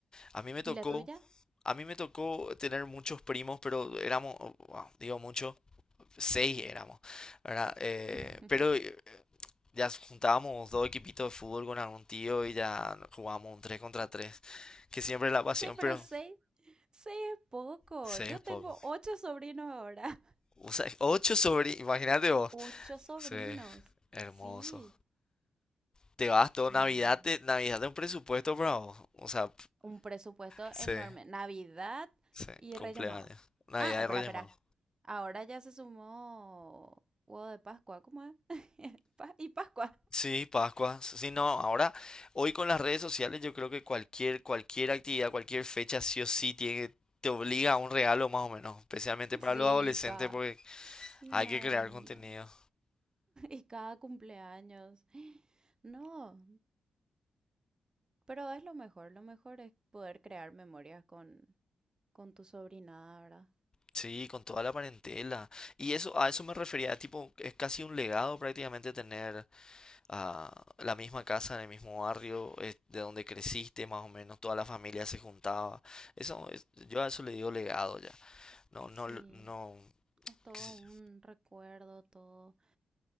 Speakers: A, on the left; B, on the right.
A: A mí me tocó,
B: ¿Y la tuya?
A: a mí me tocó tener muchos primos, pero éramos, wow, digo mucho seis éramos, ¿verdad? Eh,
B: <laughs>
A: pero eh, ya juntábamos dos equipitos de fútbol con algún tío y ya jugábamos un 3 contra 3, que siempre es la pasión,
B: Che, pero
A: pero
B: seis, seis es poco.
A: seis
B: Yo
A: es poco.
B: tengo ocho sobrinos ahora. <laughs>
A: O sea, ocho sobrinos, imagínate vos.
B: Ocho sobrinos.
A: Sí, hermoso.
B: Sí.
A: Te vas todo
B: No.
A: Navidad, te- Navidad de un presupuesto, bravo. O sea,
B: Un presupuesto
A: <laughs> sí,
B: enorme. Navidad
A: sí,
B: y
A: cumpleaños.
B: Reyes Magos.
A: Navidad
B: Ah, espera,
A: de Reyes
B: espera.
A: Magos.
B: Ahora ya se sumó huevo de Pascua. ¿Cómo es? <laughs> Pa- y Pascua.
A: Sí, Pascua. Sí, no, ahora, hoy con las redes sociales, yo creo que cualquier, cualquier actividad, cualquier fecha, sí o sí, tiene, te obliga a un regalo más o menos, especialmente para
B: Sí,
A: los adolescentes,
B: y cada...
A: porque
B: Sí,
A: hay
B: madre
A: que crear
B: mía.
A: contenido.
B: <laughs> Y cada cumpleaños. No, pero es lo mejor. Lo mejor es poder crear memorias con, con tu sobrinada, ¿verdad?
A: Sí, con toda la parentela. Y eso, a eso me refería, tipo, es casi un legado prácticamente tener ah, la misma casa en el mismo barrio, eh, de donde creciste, más o menos, toda la familia se juntaba. Eso, es- yo a eso le digo legado ya. No, no,
B: Sí,
A: no,
B: es todo
A: qué sé
B: un
A: yo,
B: recuerdo, todo.